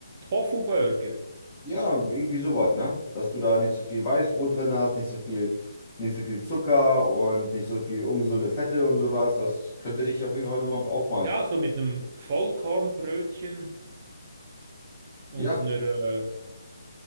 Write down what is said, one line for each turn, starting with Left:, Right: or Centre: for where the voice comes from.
Right: Tofu-Burger.
Left: ja, irgendwie sowas, ne? Dass du da nicht so viel Weißbrot drin hast, nicht so viel, nicht so viel Zucker und nicht so viel ungesunde Fette und sowas. Das könnte dich auf jeden Fall noch mal auch mal.
Right: Ja, so mit einem Vollkornbrötchen und
Left: Ja,
Right: einer äh,